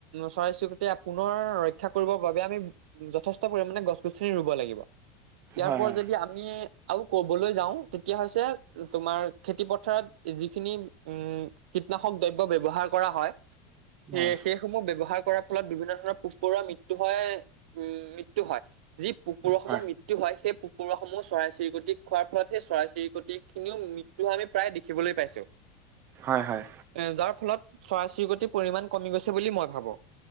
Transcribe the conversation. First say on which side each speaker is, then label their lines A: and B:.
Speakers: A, on the right; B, on the right.
A: চৰাই চিৰিকটি পুনৰ ৰক্ষা কৰিবৰ বাবে আমি যথেষ্ট পৰিমানে গছ গছনি ৰুব লাগিব। ইয়াৰ
B: হয়
A: ওপৰত
B: অ
A: যদি আমি আৰু ক'বলৈ যাওঁ তেতিয়া হৈছে তোমাৰ খেতি পথাৰত যিখিনি উম কীটনাশক দ্ৰব্য ব্যৱহাৰ কৰা হয়। সেই
B: হয়
A: সেইসমূহ ব্যৱহাৰ কৰাৰ ফলত বিভিন্ন ধৰণৰ পোক পৰুৱা মৃত্যু হয় উম মৃত্যু হয়। যি পোক পৰুৱাসমূহ
B: হয়
A: মৃত্যু হয় সেই পোক সমূহ চৰাই চিৰিকটি খোৱাৰ ফলত সেই চৰাই চিৰিকটিখিনিও মৃত্যু হয় আমি প্ৰায় দেখিবলৈ পাইছো। <inaudible>
B: হয়, হয়।
A: এ যাৰ ফলত চৰাই চিৰিকতিৰ পৰিমণ কমি গৈছে বুলি মই ভাবো